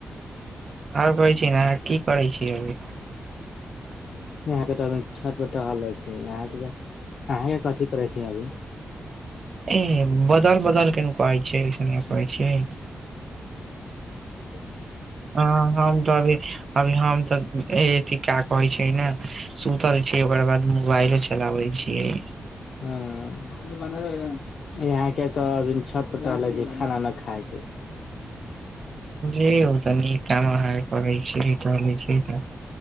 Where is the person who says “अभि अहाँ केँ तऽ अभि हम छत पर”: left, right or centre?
Left